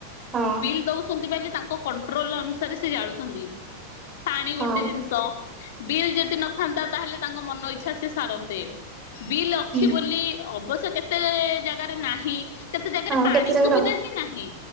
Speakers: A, on the right; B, on the left.
A: ହଁ
B: ବିଲ୍ ଦଉଛନ୍ତି ବେଲି ତାଙ୍କ କୋଣ୍ ଣ୍ଟ୍ରୋଲ ଅନୁସାରେ ସେ ଜାଳୁଛନ୍ତି। ପାଣି ଗୋଟେ
A: ହଁ
B: ଜିନିଷ ବିଲ୍ ଯଦି ନଥାନ୍ତା ତାହେଲେ ତାଙ୍କ ମନ ଇଚ୍ଛା ସିଏ ସାରନ୍ତେ। ବିଲ୍ ଅଛି
A: ହୁଁ
B: ବୋଲି ଅବଶ୍ୟ କେତେ ଜାଗାରେ ନାହିଁ। କେତେ ଜାଗାରେ
A: ହଁ
B: ପାଣି
A: କେତେ ଜାଗାରେ
B: ସୁବିଧା ହିଁ ନାହିଁ।